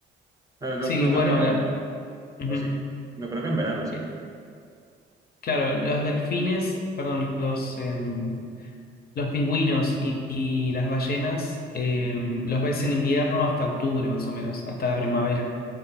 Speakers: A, on the right (about 15°); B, on the left (about 50°).
A: No, no,
B: Sí,
A: no
B: bueno,
A: creo que en verano.
B: la... ujú.
A: ¿O sí? No creo que en verano, ¿sí?
B: Eh, Claro, los delfines, perdón, los, em, Los pingüinos y, y las ballenas eh, los ves en invierno hasta octubre más o menos, hasta la primavera,